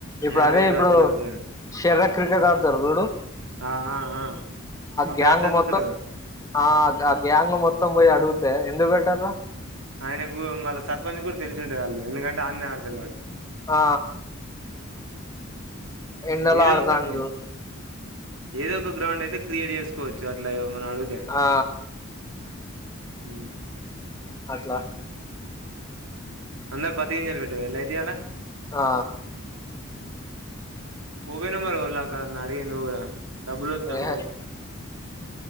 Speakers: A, on the left; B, on the right.
A: ఇప్పుడు
B: హే
A: అదే
B: వీడు
A: ఇప్పుడు
B: అటెండర్
A: షర్ర క్రికెట్ అడ్తరు చూడు
B: ఆ ఆ ఆ ఆ
A: గ్యాంగ్
B: బ్యాచ్ అంత
A: మొత్తం
B: ఉత్తగనే
A: ఆ ఆ గ్యాంగ్ మొత్తం పోయి అడుగుతే ఎందుకు పెట్టర
B: ఆయనకు మళ్ళ సర్పంచ్ కూడా తెలిసు ఉంటది ఆళ్ళు ఎందుకంటే ఆన్నే ఆడతరు కాబట్టి
A: ఆ ఎన్నలా
B: ఏదో
A: ఆడదాంటరూ
B: ఒకటి ఏదో ఒక గ్రౌండ్ అయితే క్రియేట్ చేసుకోవచ్చు అట్లా ఏమని అడుగుతే
A: ఆ
B: హ
A: అట్లా
B: అందర పతికింజాలు పెట్టివ ఎలా అయితే యిలా
A: ఆ
B: <unintelligible>
A: <unintelligible>
B: అంత ఇంత